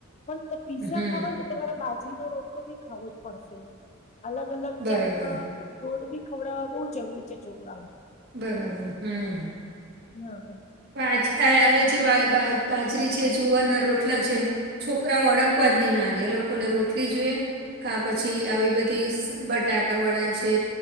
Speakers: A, on the left; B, on the right.
A: પણ. પીઝા
B: હમ
A: ખાવા તો તમારે બાજરીનોો રોટલો બી ખાવો જ પડશે અલગ અલગ
B: બરાબર
A: જાતના. રોડ બી ખવડાવવા બહુ જરૂરી છે છોકરાઓને.
B: બરાબર હમ.
A: હા.
B: બાજ હવે જે બાજરી છે જુવારના રોટલા છે. છોકરાઓ અડકવા જ નહી માંગે એ લોકોને રોટલી જોઈએ. કા પછી આવી બધી બટાકા વડા છે.